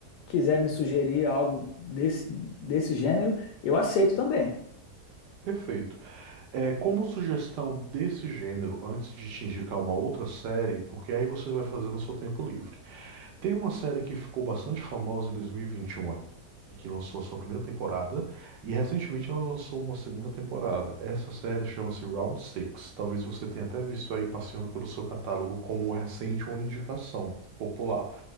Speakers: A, on the left; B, on the right.
A: quiser me sugerir algo desse, desse gênero, eu aceito também.
B: perfeito. É, como sugestão desse gênero, antes de te indicar uma outra série, porque aí você vai fazer no seu tempo livre. Tem uma série que ficou bastante famosa em 2021, aí, que lançou a sua primeira temporada, e recentemente ela lançou uma segunda temporada. Essa série chama-se Round Six. Talvez você tenha até visto aí passeando pelo seu catálogo como recente uma indicação popular.